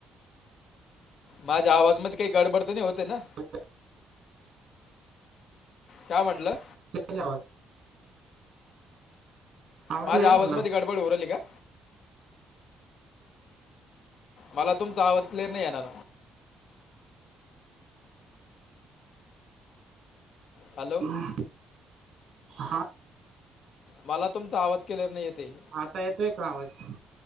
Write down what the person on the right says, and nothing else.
ह <unintelligible>
येते कां आवाज
क्लिअर म्हटलं
हं हां
आता येतोय कां आवाज